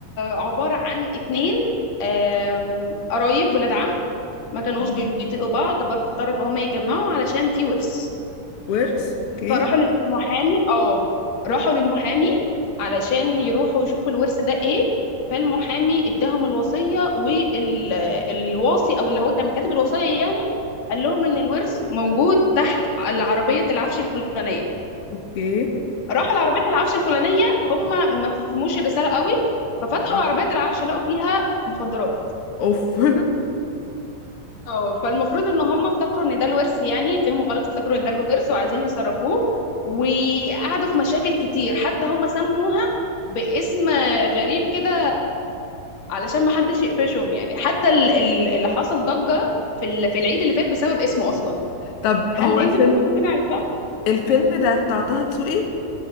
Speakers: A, on the left (about 50°); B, on the left (about 75°).
A: عبارة عن 2 آمم قرايب ولاد عم ما كانوش
B: أم،
A: بيطيقوا بعض بس اضطروا ان هما يتجمعوا علشان في ورث
B: ورث اوكي
A: فراحوا للمحامي اه راحوا للمحامي علشان يروحوا يشوفوا الورث ده ايه فالمحامي اداهم الوصية والواصي او اللي هو كان كاتب الوصية يعني قال لهم ان الورث موجود تحت العربية العفش الفلانية
B: اوكي
A: راحوا لعربية العفش الفلانية هم ما فهموش الرسالة قوي ففتحوا
B: اه
A: عربية العفش لقوا فيها مخدرات
B: اوف <laughs>
A: اه فالمفروض ان هم افتكروا ان ده الورث يعني فهموا غلط افتكروا ان ده الورث وعايزين يصرفوه وقعدوا في مشاكل كتير حتى هم سموها باسم غريب كده علشان ما حدش يقفشهم يعني حتى ال- ال- اللي حصل ضجة في ال- في العيد اللي فات بسبب اسمه اصلا
B: طب
A: هل
B: هو
A: انت
B: الفيلم
A: ممكن تكوني عارفاه
B: الفيلم ده بتاع طه دسوقي